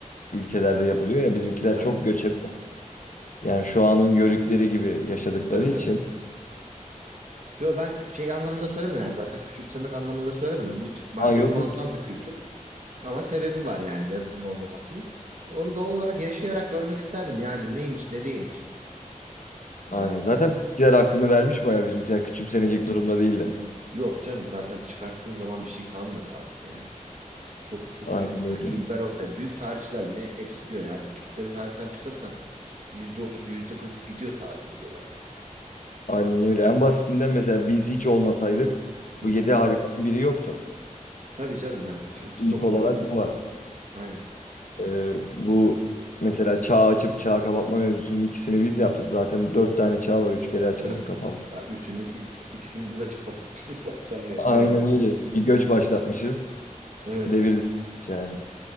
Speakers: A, on the left; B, on the right.
A: ülkelerde yapılıyor ya bizimkiler
B: Tabii,
A: çok göçebe. Yani şu anın yörükleri gibi yaşadıkları
B: tabii tabii.
A: için.
B: Yo ben şey anlamında söylemedim yani zaten küçümsemek anlamında söylemedim. Müthi- bence
A: Ha yok
B: muazzam
A: yok.
B: bir kültür. Ama sebebi var yani yazının olmamasının. Onu doğal olarak yaşayarak görmek isterdim. Yani neymiş ne değilmiş. Ee,
A: Aynen. Zaten bizimkiler hakkını vermiş bayağı bizimkiler küçümsenecek durumda değiller.
B: yok canım zaten çıkarttığın zaman bir şey kalmıyor tarihte yani. Çok çok
A: Aynen
B: büyük. Ha,
A: öyle.
B: İlber Ortay büyük tarihçiler bile hepsi diyor yani. Türkleri tarihten çıkarırsan yüzde %40'ı gidiyor tarihin diyorlar yani.
A: Aynen öyle. En basitinden mesela biz hiç olmasaydık
B: Hı
A: bu
B: hı.
A: yedi harikanın biri yoktu.
B: Tabii canım yani. <laughs> bu
A: İlk
B: Çok
A: olarak
B: basit.
A: bu var.
B: Aynen.
A: Ee, bu mesela çağ açıp çağ kapatma mevzusunun ikisini biz yaptık. Zaten dört tane çağ var. Üç
B: <laughs>
A: kere açılmış
B: Dört.
A: kapanmış.
B: Ha, Üçünü i- ikisini biz açıp kapatmışız <laughs> zaten diyor.
A: Aynen
B: Aynen öyle.
A: öyle. Bir göç başlatmışız.
B: Evet.
A: Devirdik yani.